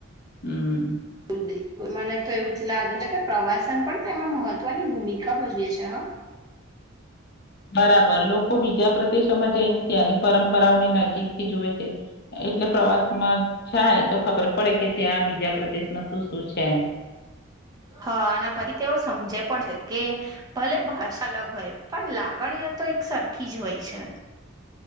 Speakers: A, on the left; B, on the right.
A: હમ
B: બિલકુલ મને તો એવું જ લાગે છે કે પ્રવાસન પણ તેમાં મહત્વની ભૂમિકા ભજવે છે હા
A: બરાબર લોકો બીજા પ્રદેશોમાં જઈને ત્યાંની પરંપરાઓની નજીક થી જવે છે એટલે પ્રવાસમાં થાય તો ખબર પડે કે ત્યાં બીજા પ્રદેશમાં શું શું છે એમ.
B: હા અને પછી તેઓ સમજે પણ છે કે ભલે ભ અલગ હોય પણ લાગણીય તો એક સરખી જ હોય છે